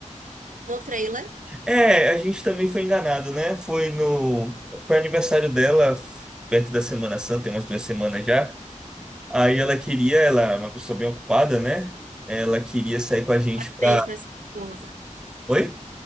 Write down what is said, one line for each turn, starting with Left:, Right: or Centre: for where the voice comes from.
Right: No trailer.
Centre: É, a gente também foi enganado, né? Foi no, foi aniversário dela, perto da Semana Santa, tem umas duas semanas já. Aí ela queria, ela é uma pessoa bem ocupada, né? Ela queria sair com a gente
Right: Parabéns
Centre: pra.
Right: pra sua esposa.
Centre: Oi?